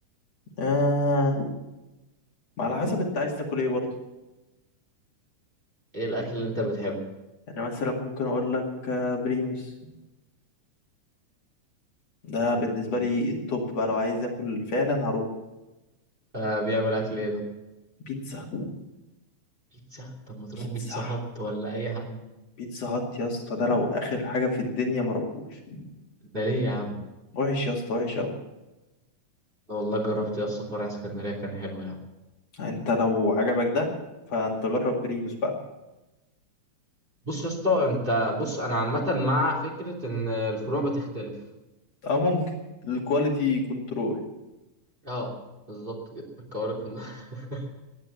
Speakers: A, on the left (about 60°); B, on the right (about 15°).
A: آه ما على حسب انت عايز تاكل ايه برضه
B: ايه الاكل اللي انت بتحبه
A: يعني مثلا ممكن اقول لك آه بريموس ده بالنسبة
B: <laughs> مم.
A: لي التوب بقى لو عايز اكل فعلا هروح
B: آه، بيعمل اكل ايه ده
A: بيتزا
B: بيتزا طب ما تروح
A: بيتزا
B: بيتزا هات ولا اي حد
A: بيتزا هات يا اسطى ده لو اخر حاجه في الدنيا ما روحوش
B: ده ليه يا عم
A: وحش يا اسطى وحش قوي
B: والله جربت يا اسطى فرع اسكندرية كان حلو يعني
A: انت لو عجبك ده فانت جرب بريموس بقى
B: بص يا اسطى انت بص انا عامه مع فكره ان الفروع بتختلف
A: اه ممكن الكواليتي كنترول
B: اه بالظبط كده الكوارث كنت- <laughs>